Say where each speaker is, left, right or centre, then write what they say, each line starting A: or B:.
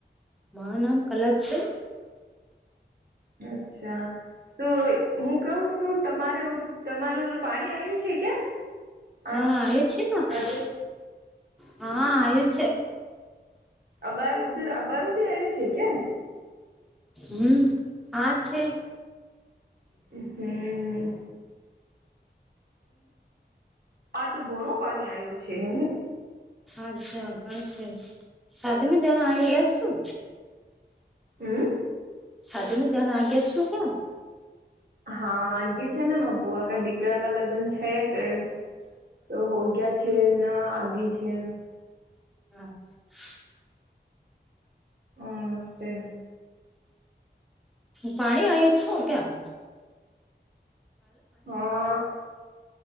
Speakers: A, in the centre; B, on the right.
A: માના કલા છે.
B: અચ્છા. તો હું કવુ છું તમારે તમારું ઓલું પાણી આવ્યું છે કે?
A: હા
B: આજ
A: આયોજન છે,
B: આજે
A: માંહા આયોજન છે.
B: અબાર અબારું બી આવ્યું છે કે?
A: હું આ છે.
B: હું. આજ ઘણું પાણી આવ્યું છે એમને.
A: અચ્છા ગણ છે, સાધમાં જણ આવી ગયાતું.
B: હું.
A: સાધુમાં જના આગ્યાશો?
B: હાઆે છે નેબુઆ કે દીકરા કા લગ્ન છે કે. તોહો ગયા છે આગી છે એમ.
A: અચ્છ.
B: હમસ્તે.
A: પાણી આય છો ક્યા?
B: હા.